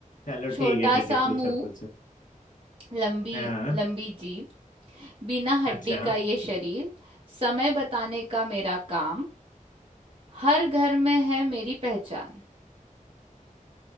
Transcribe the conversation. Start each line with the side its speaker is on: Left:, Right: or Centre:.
Left: चलो
Right: छोटा
Left: ठीक है ठीक
Right: सा
Left: है पूछो
Right: मुंह
Left: पूछो
Right: लंबी
Left: हाँ
Right: लंबी जीभ बिना हड्डी
Left: अच्छा
Right: का ये शरीर समय बताने का मेरा काम हर घर में है मेरी पहचान